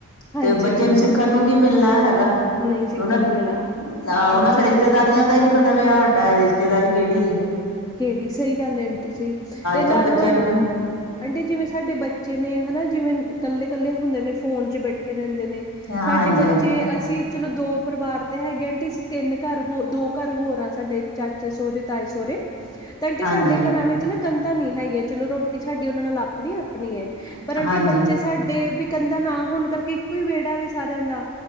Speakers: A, on the left; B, on the left.
A: ਹਾਂਜੀ
B: ਤੇ ਬੱਚੇ ਨੂੰ ਸਿੱਖਣ ਨੂੰ ਕੀ ਮਿਲਣਾ ਹੈਗਾ।
A: ਨਹੀਂ ਸਿੱਖਣ
B: ਉਹ ਨਾਂਹ
A: ਨੂੰ ਮਿਲਾ ਹਾਂਜੀ
B: ਉਹਨਾਂ ਤੇ ਰਿਸ਼ਤੇਦਾਰੀਆਂ ਦਾ ਈ ਨੀ ਪਤਾ ਵੀ ਸਾਡਾ ਐ ਰਿਸ਼ਤੇਦਾਰੀ ਕਿਹੜੀ ਐ।
A: ਕਿਹੜੀ ਸਹੀ ਗੱਲ ਏ ਆਂਟੀ ਜੀ ਤੇ ਲਾ
B: ਕੱਲ੍ਹ ਬੱਚਿਆਂ
A: ਲਓਂ
B: ਨੂੰ
A: ਆਂਟੀ ਜਿਵੇਂ ਸਾਡੇ ਬੱਚੇ ਨੇ ਹਨਾ ਜਿਵੇਂ ਇਕੱਲੇ- ਕੱਲੇ ਹੁੰਦੇ ਨੇ ਫੋਨ ਚ ਬੈਠੇ ਰਹਿੰਦੇ ਨੇ
B: ਹਾਂਜੀ
A: ਸਾਡੇ ਬੱਚੇ
B: ਹਾਂਜੀ
A: ਅਸੀਂ ਚਲੋ ਦੋ ਪਰਿਵਾਰ ਤੇ ਹੈਗੇ ਆ, ਅੰਟੀ ਅਸੀਂ ਤਿੰਨ ਘਰ ਹੋ ਦੋ ਘਰ ਹੋਰ ਆ ਸਾਡੇ ਚਾਚੇ ਸਹੁਰੇ, ਤਾਏ ਸਹੁਰੇ ਤੇ ਆਂਟੀ
B: ਹਾਂਜੀ
A: ਸਾਡੇ
B: ਹਾਂਜੀ
A: ਘਰਾਂ ਵਿੱਚ ਨਾ ਕੰਧਾਂ ਨੀ ਹੈਗੀਆ, ਚਲੋ ਰੋਟੀ ਸਾਡੀ ਉਹਨਾਂ ਨਾਲ ਆਪਣੀ ਆਪਣੀ ਐ, ਪਰ ਆਂਟੇ
B: ਹਾਂਜੀ
A: ਬੱਚੇ ਸਾਡੇ ਪੀ ਕੰਧਾ ਨਾ ਹੋਣ ਕਰਕੇ ਇੱਕੋ ਹੀ ਵਿਹੜਾ ਵ ਸਾਰਿਆਂ ਦਾ